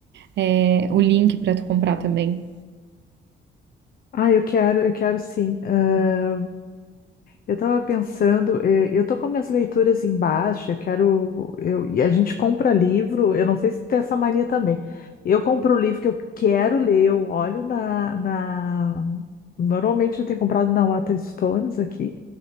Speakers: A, on the right; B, on the left.
A: é, o link para tu comprar também.
B: Ah, eu quero, eu quero sim. Ah, eu estava pensando, eh, eu tô com minhas leituras embaixo, eu quero, eu, e a gente compra livro, eu não sei se tem essa mania também. Eu compro o livro que eu quero ler, eu olho na, na... Normalmente eu tenho comprado na Waterstones aqui.